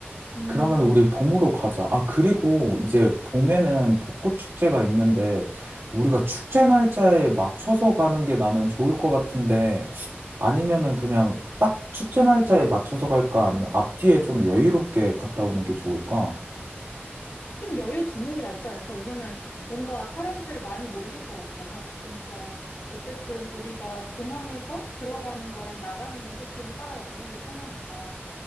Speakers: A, on the left; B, on the right.
A: 음,
B: 그러면
A: 음.
B: 우리 봄으로 가자. 아, 그리고 이제 봄에는 벚꽃 축제가 있는데 우리가 축제 날짜에 맞춰서 가는 게 나는 좋을 것 같은데 아니면은 그냥 딱 축제 날짜에 맞춰서 갈까? 아니면 앞뒤에 좀 여유롭게 갔다 오는 게 좋을까?
A: 좀 여유 두는 게 낫지 않을까? 왜냐면 뭔가 사람들 많이 몰릴 것 같잖아. 그러니까 어쨌든 우리가 공항에서 들어가는 거랑 나가는 건 조금 사람 없는 게 편하니까